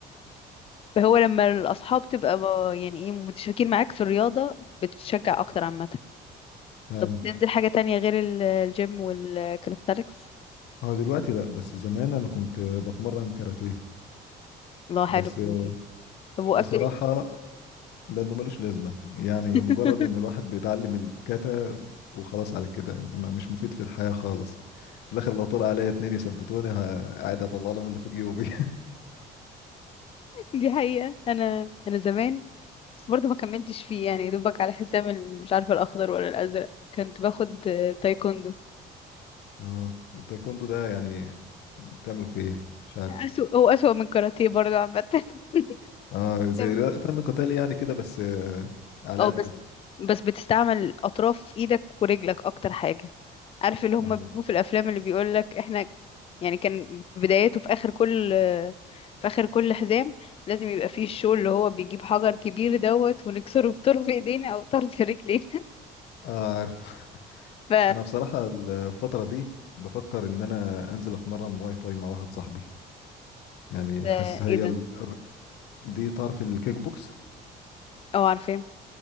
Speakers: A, on the left (about 35°); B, on the left (about 80°).
A: فهو لما الأصحاب تبقى ما- يعني إيه متشاركين معاك في الرياضة بتتشجع أكتر عامة
B: فعلا
A: تنزل حاجة تانية غير ال- الجيم والكاليستاليكس
B: هو دلوقتي لا بس زمان انا كنت بتمرن كاراتيه
A: الله حلو
B: بس آه،
A: كلمتين طب وقفت
B: بصراحه
A: ليه؟
B: لانه ملوش لازمه يعني
A: <laughs>
B: مجرد ان الواحد بيتعلم الكاتا وخلاص على كده انما مش مفيد في الحياه خالص في الاخر لو طلع عليا اتنين يثبتوني ه- قاعد اطلع لهم اللي في جيوبي
A: دي حقيقة أنا أنا زمان بس برضه ما كملتش فيه يعني دوبك على حسام ال- مش عارفة الأخضر ولا الأزرق كنت باخد آه، تايكوندو
B: <laughs> اه التايكوندو ده يعني بتعمل فيه ايه مش عارف
A: أسوأ هو أسوأ من الكاراتيه برضه عامة <laughs>
B: اه زي
A: تمام.
B: رياض- فن قتالي يعني كده بس آه، على
A: اه
B: قده
A: بس بس بتستعمل أطراف إيدك ورجلك أكتر حاجة عارف اللي هما
B: اه
A: بيجوا في الأفلام اللي بيقولك إحنا يعني كان في بدايته في آخر كل في آخر كل حزام لازم يبقى فيه الشو اللي هو بيجيب حجر كبير دوت ونكسره بطرف إيدينا أو طرف رجلينا
B: آه، عارف <laughs>
A: <laughs> ف
B: انا بصراحة الفترة دي بفكر ان انا انزل اتمرن مواي تاي مع واحد صاحبي يعني
A: ده
B: حاسس هي
A: إيه ده؟
B: ال... دي تعرف الكيك بوكس
A: اه عارفاه